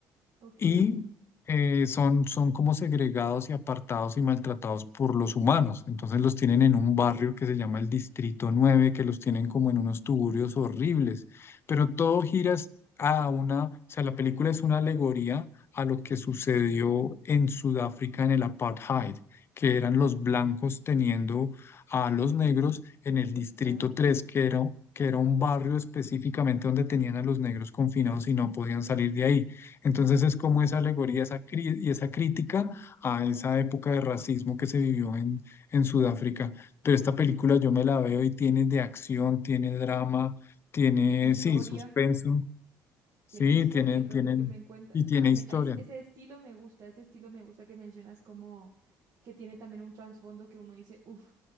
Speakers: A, on the right; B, on the left.
A: ok.
B: y eh, son, son como segregados y apartados y maltratados por los humanos. Entonces los tienen en un barrio que se llama el Distrito nueve que los tienen como en unos tugurios horribles, pero todo gira a una, o sea, la película es una alegoría a lo que sucedió en Sudáfrica en el apartheid, que eran los blancos teniendo a los negros
A: A los
B: en
A: negros,
B: el Distrito
A: claro.
B: tres que era... que era un barrio específicamente donde tenían a los negros confinados y no podían salir de ahí. Entonces es como
A: Uf,
B: esa alegoría esa cri- y esa crítica a esa época de racismo que se vivió en, en Sudáfrica. Pero esta película yo me la veo y tiene de acción, tiene drama, tiene,
A: uy, historia.
B: sí, suspenso,
A: tiene
B: sí,
A: historia,
B: tiene,
A: porque
B: tienen
A: lo que me encuentra,
B: y tiene
A: a- me-
B: historia.
A: a- es- ese estilo me gusta, ese estilo me gusta que mencionas como que tiene también un trasfondo que uno dice, uff,